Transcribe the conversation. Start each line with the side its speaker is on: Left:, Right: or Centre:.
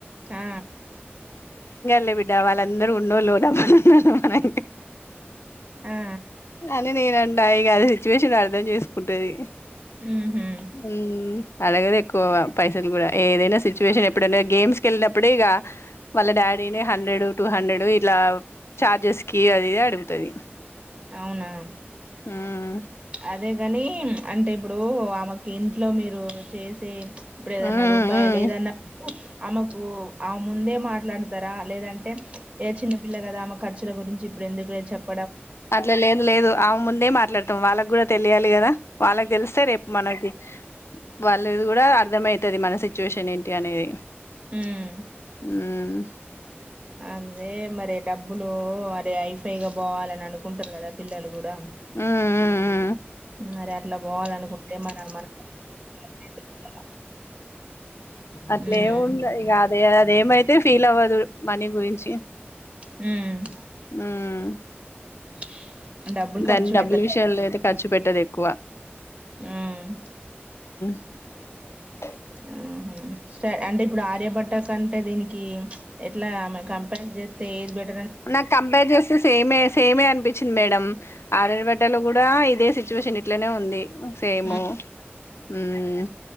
Right: ఆ
Left: లే బిడ్డా వాళ్ళందరూ ఉన్నోల్లు డబ మనే
Right: ఆ
Left: అని నేనంట ఇగ అది సిచ్యువేషన్ అర్ధం చేసుకుంటది
Right: ఉహు
Left: ఉమ్ అడగదు ఎక్కువ పైసలు గుడా ఏదైనా సిచ్యువేషన్ ఎప్పుడ గేమ్స్కిలినప్పుడే ఇగ వళ్ళ డాడీ నేనే హండ్రెడ్ టూ హండ్రెడ్ ఇట్ల చార్జెస్ కి అది ఇది అడుగుతది
Right: అవునా
Left: మ్మ్
Right: అదే గనీ అంటే ఇప్పుడు ఆమెకి ఇంట్లో మీరు చేసే ఇప్పుడు ఏదన్న
Left: మ్మ్
Right: రూపాయి
Left: మ్మ్
Right: లేదన్న ఆమెకు ఆమె ముందే మాట్లాడతరా లేదంటే ఏ చిన్నపిల్ల గదా ఆమె ఖ ర్చుల గురించి ఇప్పుడు ఎందుకులే చెప్ప
Left: అట్ల లేదు లేదు ఆమె ముందే మాట్లాడతాం వాళ్ళకి గగడ తెలియాలి గదా వాళ్ళకి దెలిస్తే రేపు మనకి వాళ్ళది గగడ అర్థమయితది మన సిచ్యువేషన్ ఏంటి అనేది
Right: ఉమ్
Left: ఉమ్
Right: అదే మరి డబ్బులూ అది హైఫైగా బోవాలని అనుకుంటరు గదా పిల్లలు గూడా
Left: ఉమ్ ఉమ్ ఉమ్
Right: మరి అట్ల బోవాలనుకుంటే మన అమ్మా <unintelligible>
Left: అట్లేముండ
Right: ఉమ్
Left: ఇగ అద అదేమైతే ఫీల్ అవ్వదు మనీ గురించి
Right: ఉమ్
Left: ఉమ్
Right: <inaudible>
Left: దాన్ని
Right: ఖర్చు పెట్టద్దు
Left: డబ్బుల విషయాల్లో అయితే ఖర్చు పెట్టదు ఎక్కువ
Right: ఉమ్
Left: <inaudible>
Right: ఆ ఉమ్ సర్ అంటే ఇప్పుడు ఆర్యభట్ట కంటే దీనికి ఎట్ల కంపేర్ జేస్తే ఏది బెట్
Left: నాకు కంపేర్ జేస్తే సేమే సేమే అనిపించింది మేడం ఆర్యభట్టలో గూడా ఇదే సిచ్యువేషన్ ఇట్లనే ఉంది సేమూ
Right: ఉమ్
Left: ఉమ్